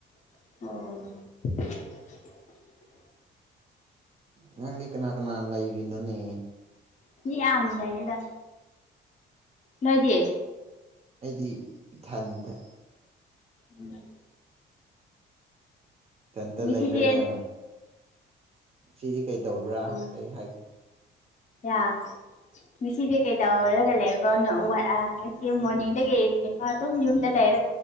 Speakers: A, on the left; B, on the right.
A: ꯑ
B: ꯉꯪꯒꯤ ꯀꯅꯥ ꯀꯅꯥꯅ ꯂ ꯔꯅꯣꯅꯦ
A: ꯍ ꯌꯥꯝꯗꯗ ꯅꯣꯏꯗꯤ
B: ꯑꯩꯗꯤ ꯏꯊꯟꯗ
A: ꯎꯝ
B: ꯀꯟꯇ
A: ꯉꯁꯤꯗꯤ
B: ꯂꯩꯔꯒ ꯁꯤꯗꯤ ꯀꯩꯗꯧꯕ꯭ꯔꯥ
A: ꯎꯝ
B: ꯀꯩ ꯍꯥꯏꯦ
A: ꯌꯥ ꯉꯁꯤꯗꯤ ꯀꯩꯗꯧꯔꯒ ꯂꯩꯕ꯭ꯔꯣꯅ ꯉꯁꯤ ꯃꯣꯔꯅꯤꯡꯗꯒꯤ ꯏꯚꯅꯤꯡ ꯑꯗꯨꯝ ꯌꯨꯝꯗ ꯂꯩꯔ